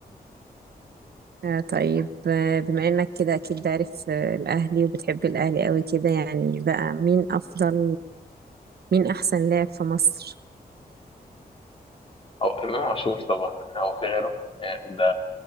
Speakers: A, on the right; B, on the left.
A: آه طيب آه بما إنك كده أكيد عارف آه الأهلي وبتحب الأهلي قوي كده يعني بقى مين أفضل مين أحسن لاعب في مصر
B: أو إمام عاشور طبعا أو في غيره آه، ده